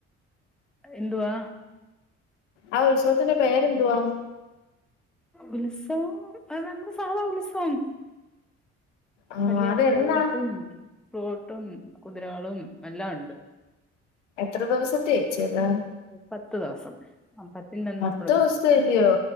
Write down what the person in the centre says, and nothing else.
എന്തുവാ
ഉത്സവം അത് നമ്മള് സാധാ ഉത്സവം
വലിയ
ഫ്ലോട്ടും ഫ്രൂട്ടും കുതിരകളും എല്ലാം ഉണ്ട്
പത്ത് ദിവസം ആ പത്തിന്റെന്ന
നമ്മള്
<unintelligible>